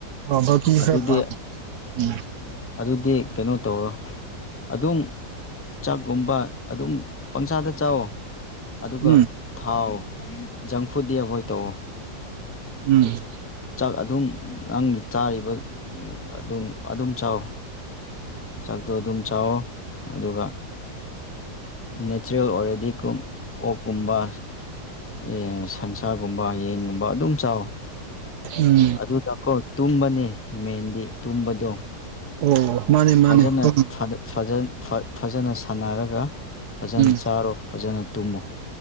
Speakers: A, on the right (about 70°); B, on the left (about 15°).
A: ꯎꯝ ꯕꯀꯤ
B: ꯑꯗꯨꯗꯤ
A: ꯈꯔ ꯄꯝ ꯎꯝ
B: ꯑꯗꯨꯗꯤ ꯀꯩꯅꯣ ꯇꯧꯔꯣ ꯑꯗꯨꯝ ꯆꯥꯛꯀꯨꯝꯕ ꯑꯗꯨꯝ ꯄꯪꯆꯥꯗ ꯆꯥꯋꯣ ꯑꯗꯨꯒ
A: ꯎꯝ
B: ꯊꯥꯎ ꯖꯪ ꯐꯨꯗꯤ ꯑꯦꯕꯣꯏꯠ ꯇꯧꯑꯣ
A: ꯎꯝ
B: ꯆꯥꯛ ꯑꯗꯨꯝ ꯅꯪ ꯆꯥꯔꯤꯕ ꯑꯗꯨꯝ ꯑꯗꯨꯝ ꯆꯥꯎ ꯆꯥꯛꯇꯣ ꯑꯗꯨꯝ ꯆꯥꯑꯣ ꯑꯗꯨꯒ ꯅꯦꯆꯔꯦꯜ ꯑꯣꯏꯔꯦꯗꯤ ꯀꯨꯝ ꯑꯣꯛꯀꯨꯝꯕ ꯑꯦ ꯁꯟꯁꯥꯒꯨꯝꯕ ꯌꯦꯟꯒꯨꯝꯕ ꯑꯗꯨꯝ ꯆꯥꯎꯋ
A: ꯎꯝ
B: ꯑꯗꯨꯗꯀꯣ ꯇꯨꯝꯕꯅꯤ ꯃꯦꯟꯗꯤ ꯇꯨꯝꯕꯗꯣ
A: ꯑꯣ ꯃꯥꯅꯦ
B: ꯐꯖꯅ
A: ꯃꯥꯅꯦ ꯎꯝ
B: ꯐ ꯐꯖꯟ ꯐ ꯐꯖꯅ ꯁꯥꯟꯅꯔꯒ ꯐꯖꯅ
A: ꯎꯝ
B: ꯆꯥꯔꯣ ꯐꯖꯅ ꯇꯨꯝꯃꯣ